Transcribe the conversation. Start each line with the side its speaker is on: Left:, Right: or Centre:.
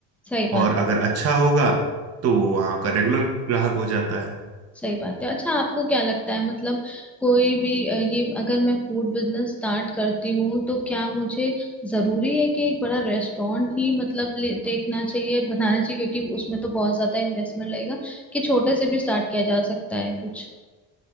Centre: सही बात
Right: और अगर अच्छा होगा तो वो वहाँ का रेगुलर ग्राहक हो जाता है
Centre: सही बात है अच्छा आपको क्या लगता है मतलब कोई भी अ, ये अगर मैं फूड बिजनेस स्टार्ट करती हूँ तो क्या मुझे जरूरी है कि एक बड़ा रेस्टोरेंट ही मतलब ले- देखना चाहिए बनाना चाहिए क्योंकि उसमें तो बहुत ज्यादा इन्वेस्टमेंट लगेगा कि छोटे से भी स्टार्ट किया जा सकता है कुछ